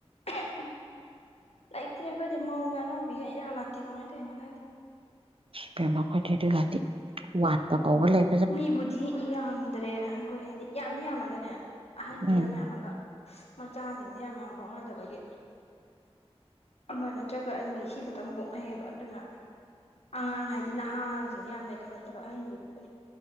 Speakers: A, on the left; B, on the right.
A: ꯑꯍꯝ ꯂꯩꯇ꯭ꯔꯦ ꯑꯩꯈꯣꯏꯗꯤ ꯃꯧꯒ ꯑꯅꯧꯕꯤꯒ ꯏꯔꯥꯛ ꯂꯥꯛꯇꯦ ꯀꯃꯥꯏꯅ ꯇꯧꯔꯤꯅꯣ ꯈꯪꯗꯦ
B: ꯄꯦꯝꯃ ꯑꯣꯏꯗꯤ ꯑꯗꯨ ꯀꯥꯇꯤ ꯋꯥꯠꯄ ꯀꯧꯕ ꯂꯩ
A: ꯃꯤꯕꯨꯗꯤ ꯌꯥꯝꯗ꯭ꯔꯦ ꯑꯩꯈꯣꯏ ꯍꯥꯏꯗꯤ ꯌꯥꯝꯗꯤ ꯌꯥꯝꯃꯒꯅꯦ ꯑꯍꯟꯗꯤ
B: ꯎꯝ
A: ꯌꯥꯝ ꯌꯥꯝꯃꯒ ꯃꯆꯥꯁꯤꯡꯖꯦ ꯌꯥꯝ ꯌꯥꯝ ꯄꯣꯛꯅꯗꯕꯒꯤ ꯑꯃ ꯅꯠꯇ꯭ꯔꯒ ꯑꯅꯤ ꯁꯤ ꯈꯛꯇꯪ ꯄꯣꯛꯅꯩꯌꯦꯕ ꯑꯗꯨꯅ ꯑꯉꯥꯡ ꯍꯥꯏꯗꯤ ꯅꯍꯥ ꯁꯤꯡꯁꯦ ꯌꯥꯝ ꯂꯩꯈꯠꯂꯛꯇꯕ ꯑꯍꯟꯕꯨꯗꯤ ꯑꯗꯨꯝ